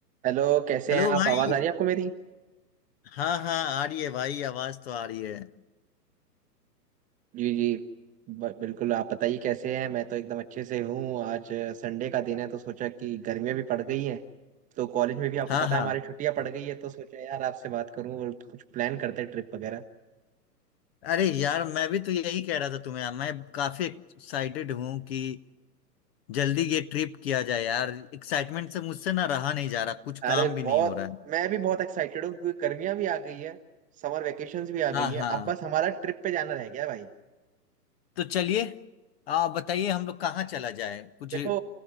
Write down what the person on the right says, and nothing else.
Hello कैसे
हैं
आप आवाज आ रही है आपको मेरी
जी जी ब- बिल्कुल आप बताइए कैसे हैं मैं तो एकदम अच्छे से हूँ आज अ, संडे का दिन है तो सोचा कि गर्मियाँ भी पड़ गई हैं तो कॉलेज में भी आपको
पता
है हमारी छुट्टियां पड़ गई है तो सोचा यार आपसे बात करूं और कुछ प्लान करते हैं ट्रिप वगैरह
अरे
बहुत
मैं भी बहुत एक्साइटेड हूँ क्योंकि गर्मियाँ भी आ गई है समर वेकेशंस भी आ
गई है
अब बस हमारा ट्रिप पे जाना रह गया भाई
देखो